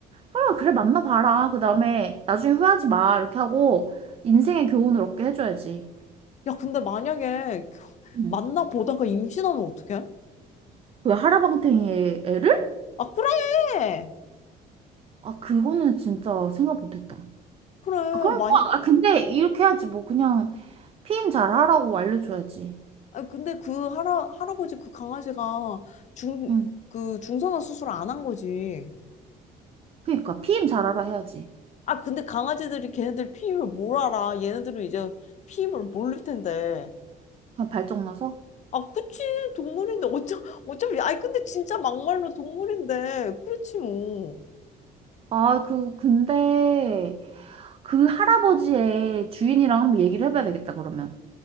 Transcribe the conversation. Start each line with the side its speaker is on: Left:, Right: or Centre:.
Right: 아 그래 만나봐라 그 다음에 나중에 후회하지 마 이렇게 하고 인생의 교훈을 얻게 해줘야지
Left: 야 근데 만약에 그-
Right: 응.
Left: 만나보다가 임신하면 어떡해?
Right: 그 하라방탱이의 애를?
Left: 아 그래
Right: 아 그거는 진짜 생각 못했다
Left: 그래
Right: 아 그럼
Left: 많이
Right: 뭐, 아 근데 이렇게 해야지 뭐 그냥 피임 잘하라고 알려줘야지
Left: 아 근데 그 할아 할아버지 그 강아지가 중
Right: 응
Left: 그 중성화 수술 안 한 거지
Right: 그니까 피임 잘하라 해야지
Left: 아, 근데 강아지들이 걔네들 피임을 뭘 알아. 얘네들은 이제 피임을 모를 텐데.
Right: 그냥 발정 나서
Left: 아, 그치. 동물인데. 어차, 어차피. 아니, 근데 진짜 막말로 동물인데. 그렇지, 뭐.
Right: 아, 그, 근데 그 할아버지의 주인이랑 한번 얘기를 해봐야 되겠다, 그러면.